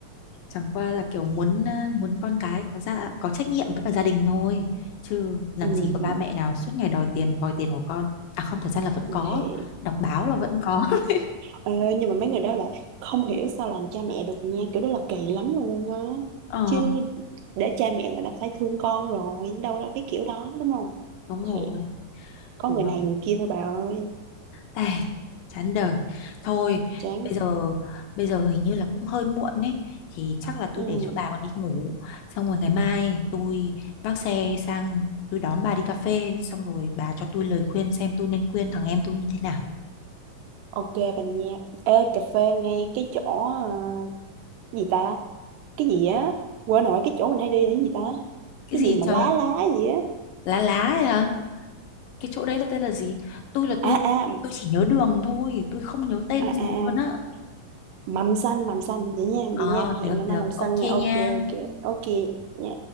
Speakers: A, on the left (about 75°); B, on the right (about 80°).
A: chẳng qua là kiểu muốn à, muốn con cái có ra có trách nhiệm với cả gia đình thôi chứ làm
B: ừ
A: gì có ba
B: ừ
A: mẹ nào suốt ngày đòi tiền vòi tiền của con à không thật ra là vẫn có
B: thì
A: đọc báo là vẫn có <laughs>
B: ờ, nhưng mà mấy người đó là không hiểu sao làm cha mẹ được nha kiểu đó là kỳ lắm luôn á
A: ờ
B: chứ để cha mẹ là đã phải thương con rồi đâu ra cái kiểu đó đúng không
A: đúng rồi
B: thiệt có
A: đùa
B: người này người kia thôi bà ơi
A: Ê, chán đời thôi
B: chán
A: bây giờ
B: thiệt.
A: bây giờ hình như là cũng hơi muộn ấy thì chắc là tôi
B: ừ
A: để cho bà còn đi ngủ xong rồi ngày mai tôi vác xe sang tôi đón bà đi cà phê xong rồi bà cho tôi lời khuyên xem tôi nên khuyên thằng em tôi như thế nào
B: Ok bà nha. Ê, cà phê ngay cái chỗ ờ, gì ta? Cái gì á? Quên nổi cái chỗ mình hay đi là cái gì ta?
A: cái
B: Cái
A: gì
B: gì mà
A: trời
B: lá lá gì á?
A: lá lá ấy hả Cái chỗ đấy là tên là gì? Tôi là tôi
B: À à
A: tôi chỉ nhớ đường thôi, tôi không nhớ tên
B: à
A: gì
B: à, à.
A: luôn á.
B: Mầm xanh, mầm xanh vậy nha,
A: Ờ,
B: vậy nha. Hẹn
A: được
B: ngày
A: được,
B: mai mầm xanh
A: ok
B: nha. Ok
A: nha.
B: ok ok nha.